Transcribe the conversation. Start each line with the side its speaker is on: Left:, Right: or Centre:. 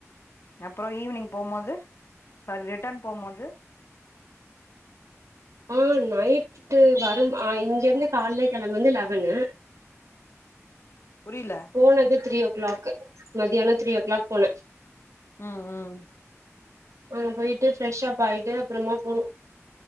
Left: அப்றோ ஈவ்னிங் போமோது சாரி ரிட்டன் போமோது
Right: ஆ நைட்டு் வரும் ஆ இங்கருந்து கால்லே கெழம்புனது வந்து லெவனு
Left: புரில
Right: போனது த்ரீ ஓக்ளாக்கு மத்தியானம் த்ரீ ஓக். க்ளாக் போன.
Left: உம் உம்
Right: அங்க போய்ட்டு ஃப்ரஷப். பாய்ட்டு அப்றமா போனு.